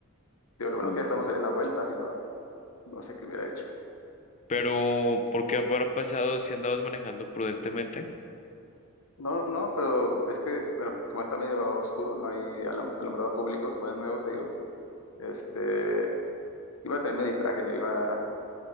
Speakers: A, on the left (about 70°); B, on the left (about 30°).
A: Digo, lo bueno
B: Uh,
A: que ya estamos allá a la vuelta, si no, no sé qué hubiera hecho.
B: pero ¿por qué habrá pasado si andabas manejando prudentemente?
A: No, no, pero es que, bueno, como está medio oscuro, no hay alum- alumbrado público, como es nuevo, te digo, este, iba también me distraje, ¿no? iba